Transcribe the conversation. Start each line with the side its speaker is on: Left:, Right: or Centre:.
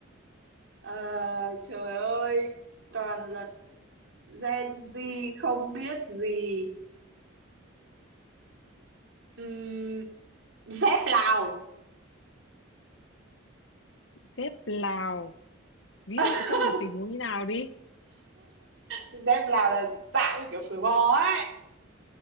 Right: Ờ, trời ơi toàn là Gen Z không biết gì Ừm, dép Lào
Left: xếp Lào ví
Right: <laughs>
Left: dụ trong một tình huống như nào đi
Right: dép Lào là dạng như kiểu phở bò ấy